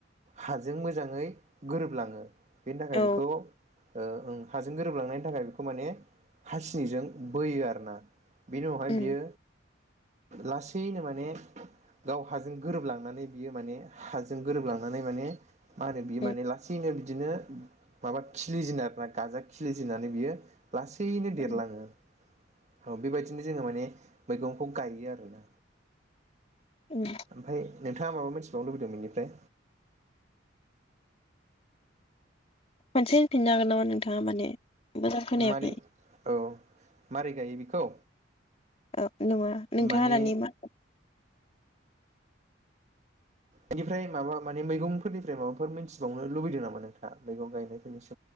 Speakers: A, on the right; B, on the left.
A: हाजों मोजाङै गोरोबलाङो। बेनि थाखाय
B: औ
A: बेखौ ओ ओं हाजो गोरोबलांनायनि थाखाय बेखौ माने हासिनिजों बोयो आरो ना। बेनि अहाय
B: उम
A: बियो लासैनो माने गाव हाजों गोरोबलांनानै बियो माने हाजों गोरोबलांनानै माने मा होनो बि
B: उम
A: माने लासैनो बिदिनो उम माबा खिलिजेनो आरो ना गाजा खिलिजन्नानै बियो <inaudible> लासैनो देरलाङो।
B: उम
A: औ बेबायदिनो जोङो माने मैगंखौ गायो आरोना।
B: उम
A: ओमफ्राय नोंथाङा माबा मोनसे बावनो लुबैदों बेनिफ्राय
B: खनसेहोनफिनो हागोन नामा नोंथाङा माने मोजां खोनायाखै
A: माने औ मारै गायो बेखौ
B: ओ। नङा नोंथाङा
A: माने
B: दानि मा
A: बेनिफ्राय माबा माने मैगंफोरनिफ्राय माबाफोर मिथिबावनो लुबैदों नामा नोंथाङ मैगं गायनायफोरनि सायाव।